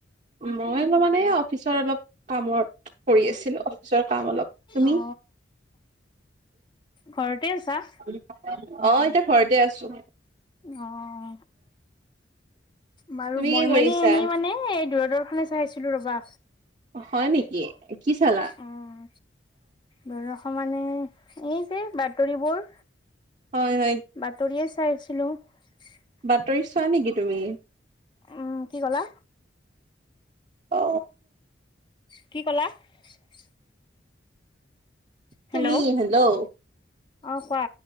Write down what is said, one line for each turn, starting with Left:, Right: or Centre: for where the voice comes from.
Right: মই অলপ মানে অফিচৰ অলপ কামত কৰি আছিলো অফিচৰ কাম অলপ তুমি
Left: অ ঘৰতে আছা?
Right: অ এতিয়া ঘৰতে আছো
Left: অহ বাৰু
Right: তুমি
Left: মই
Right: কি কৰিছা?
Left: মানে এনেই মানে দূৰদৰ্শনে চাইছিলো ৰবা
Right: হয় নেকি? কি চালা?
Left: উম দূৰদৰ্শন মানে এ যে বাতৰিবোৰ
Right: হয় হয়।
Left: বাতৰিয়ে চাইছিলো <inaudible>
Right: বাতৰি চোৱা নেকি তুমি
Left: উম কি ক'লা?
Right: অ
Left: কি কলা। <inaudible> হেল্ল'
Right: তুমি হেল্ল'
Left: অ কোৱা